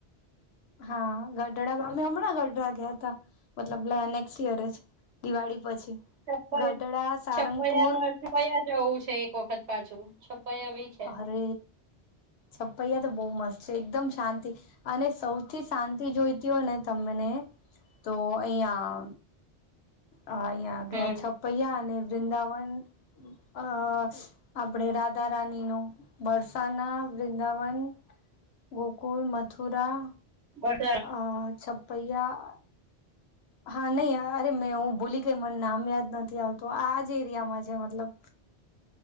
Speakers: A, on the left; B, on the right.
A: હા ગઢડા અમે હમણાં ગઢડા ગ્યાતા મતલબ લે નેક્સ્ટ યરે જ. દિવાળી પછી.
B: છપ્પ
A: ગઢડા સારંગપુર
B: છપૈયા છપયા જવું છે એક વખત પાછું છપયા બી. છે.
A: અરે છપૈયા તો બહુ મસ્ત છે એકદમ શાંતિ અને સૌ થી શાંતિ જોઈતી હોય ને તમને તો અહીયા. અ અહિયા
B: હમ
A: ગે છપૈયા અને વૃંદાવન અ આપડે રાધા રાની નું બરસાના વૃંદાવન ગોકુલ, મથુરા
B: ખબર
A: અ છ્પૈયા હા નહીં અરે મેં હું ભૂલી ગઈ મને નામ યાદ નથી આવતું આ જ એરિયામાં છે મતલબ.
B: <inaudible>